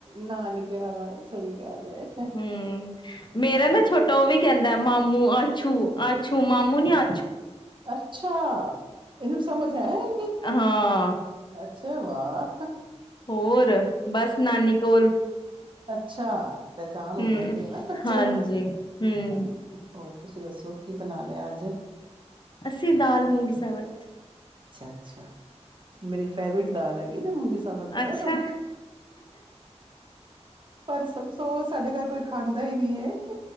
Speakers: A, on the right (about 45°); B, on the left (about 40°).
A: ਨਾਨਕੇ ਆਣਾ ਸਹੀ ਗੱਲ ਏ।
B: ਹਮ
A: ਹਾਂ
B: ਮੇਰਾ ਨਾ ਛੋਟਾ ਉਹ ਵੀ ਕਹਿੰਦਾ ਮਾਮੂ ਆੱਛੂ ਆੱਛੂ ਮਾਮੂ ਨੀ ਆੂ
A: ਅੱਛਾ ਇਹਨੂੰ ਸਮਝ ਹੈ ਇੰਨੀ
B: ਹਾਂ
A: ਅੱਛਾ ਵਾਓ
B: ਹੋਰ ਬਸ ਨਾਨੀ ਕੋਲ
A: ਅੱਛਾ ਪਹਿਚਾਣ ਹੋ
B: ਹੂੰ
A: ਜਾਂਦੀ ਹੈ ਨਾ ਬੱਚੇ
B: ਹਾਂਜੀ
A: ਨੂੰ
B: ਹੂੰ
A: ਹਾਂਜੀ ਹੋਰ ਤੁਸੀਂ ਦੱਸੋ ਕੀ ਬਣਾ ਲਿਆ ਅੱਜ
B: ਅੱਸੀ ਦਾਲ ਮੁੂੰਗੀ ਸਾ ਵਤ
A: ਅੱਛਾ ਅੱਛਾ ਮੇਰੀ ਫੇਵਰੇਟ ਦਾਲ ਹੈਗੀ ਤੇ ਮੂੰਗੀ ਸਾਬਤ ਪਤਾ
B: ਅੱਛਾ
A: ਤੁਹਾਨੂੰ ਪਰ ਅਫਸੋਸ ਕਿ ਸਾਡੇ ਘਰ ਕੋਈ ਖਾਂਦਾ ਨਹੀਂ ਖਾਂਦਾ ਹੀ ਨਹੀਂ ਹੈ